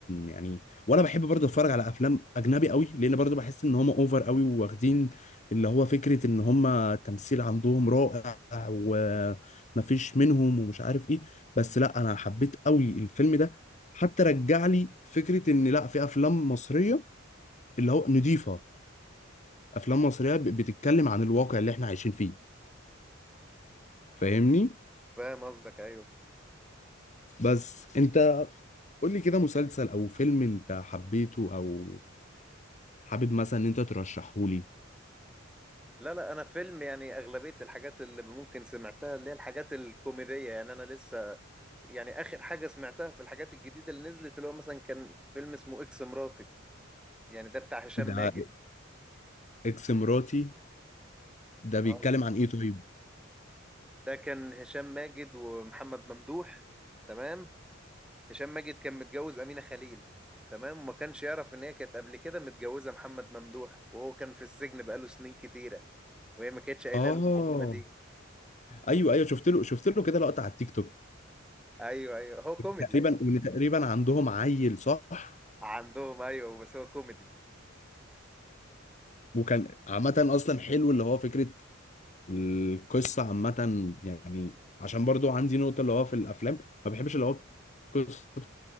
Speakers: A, on the left (about 35°); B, in the centre.
A: يعني وانا بحب برضه اتفرج على افلام اجنبي قوي لان برضه بحس ان هم اوفر قوي واخدين اللي هو فكره ان هم التمثيل عندهم رائع ومفيش منهم ومش عارف ايه بس لا انا حبيت قوي الفيلم ده حتى رجع لي فكره ان لا في افلام مصريه اللي هو نضيفه افلام مصريه ب- بتتكلم عن الواقع اللي احنا عايشين فيه فاهمني
B: فاهم قصدك ايوه
A: بس انت قول لي كده مسلسل او فيلم انت حبيته او حابب مثلا ان انت ترشحه لي
B: لا لا انا فيلم يعني اغلبيه الحاجات اللي ممكن سمعتها اللي هي الحاجات الكوميديه يعني انا لسه يعني اخر حاجه سمعتها في الحاجات الجديده اللي نزلت اللي هو مثلا كان فيلم اسمه اكس مراتي يعني ده بتاع هشام
A: ده
B: ماجد
A: اكس مراتي ده بيتكلم
B: اه
A: عن ايه طيب
B: ده كان هشام ماجد ومحمد ممدوح تمام هشام ماجد كان متجوز امينه خليل تمام وما كانش يعرف ان هي كانت قبل كده متجوزه محمد ممدوح وهو كان في السجن بقاله سنين كتيره وهي ما كانتش قايله
A: اه
B: له المعلومه دي
A: ايوه ايوه شفت له شفت له كده لقطه على التيك توك
B: ايوه ايوه هو كوميدي
A: تقريبا وان تقريبا عندهم عيل صح
B: عندهم ايوه بس هو كوميدي
A: وكان عامه اصلا حلو اللي هو فكره القصه عامه يعني عشان برضو عندي نقطه اللي هو في الافلام ما بحبش اللي هو القصه تكون